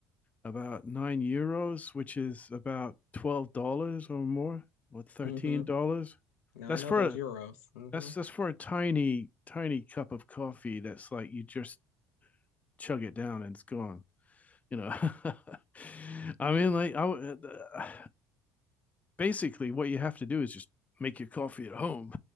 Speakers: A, on the left; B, on the left.
A: about nine euros, which is about twelve dollars or more, or thirteen
B: Mm-hmm.
A: dollars.
B: Now
A: That's
B: I know
A: for
B: those
A: a
B: euros. Mm-hmm.
A: that's that's for a tiny tiny cup of coffee. That's like you just chug it down and it's gone. You know, <laughs> I mean, like I uh, basically what you have to do is just make your coffee at home.